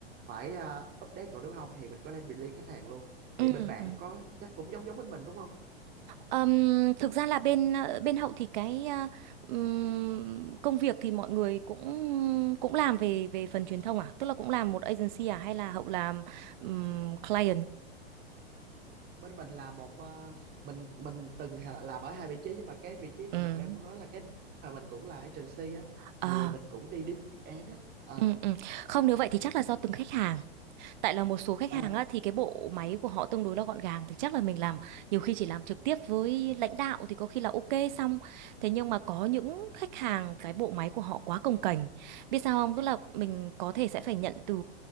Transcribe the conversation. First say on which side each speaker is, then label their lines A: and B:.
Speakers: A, on the right; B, on the right.
A: phải ờ, update còn nếu không thì mình có thể release khách hàng luôn thì
B: Ừ.
A: bên bạn
B: ừ.
A: có chắc cũng giống giống bên mình đúng không
B: Ừm, thực ra là bên ờ, bên Hậu thì cái ờ, ừm, công việc thì mọi người cũng cũng làm về về phần truyền thông à, tức là cũng làm một agency à hay là Hậu làm ừm, client.
A: bên mình là một ờ, mình mình từng hà- làm ở hai vị trí nhưng mà cái vị trí mà
B: Ừm.
A: mình đang muốn nói là cái mà mình cũng là agency á
B: Ờ,
A: thì mình cũng đi đi dự án á Ờ,
B: ừ, ừ. Không nếu vậy thì chắc là do từng khách hàng. tại là một số khách
A: ờ,
B: hàng á, thì cái bộ máy của họ tương đối là gọn gàng thì chắc là mình làm nhiều khi chỉ làm trực tiếp với lãnh đạo thì có khi là ok xong thế nhưng mà có những khách hàng cái bộ máy của họ quá cồng kềnh biết sao không tức là mình có thể sẽ phải nhận từ